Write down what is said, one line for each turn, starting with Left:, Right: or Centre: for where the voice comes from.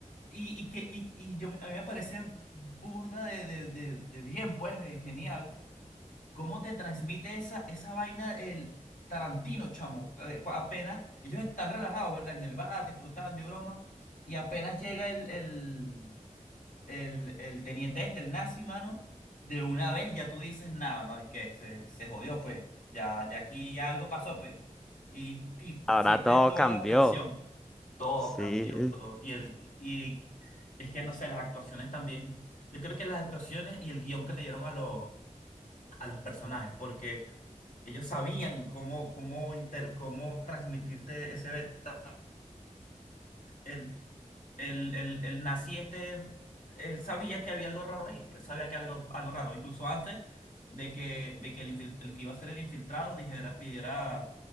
Left: y, y que y, y yo, a mí me parece burda de, de, de, de bien, pues, eh, genial. ¿Cómo te transmite esa, esa vaina el Tarantino, chamo? Eh, cu- Apenas, ellos están relajados, ¿verdad? En el bar, disfrutando y broma, y apenas llega el, el, el, el teniente este, el nazi, mano, de una vez ya tú dices, nada, no, y que este, se jodió, pues, ya, ya aquí algo pasó, pues, y, y
Centre: Ahora
Left: sientes
Centre: todo
Left: toda
Centre: cambió.
Left: la tensión. Todo
Centre: Sí.
Left: cambió, todo. Y, el, y es que, no sé, las actuaciones también. Yo creo que las actuaciones y el guión que le dieron a los, a los personajes, porque ellos sabían cómo, cómo, inter- cómo transmitirte ese beta. El, el, el, el nazi este, él sabía que había algo raro ahí, él sabía que algo, algo raro, incluso antes de que, de que el, infil- el que iba a ser el infiltrado dijera, pidiera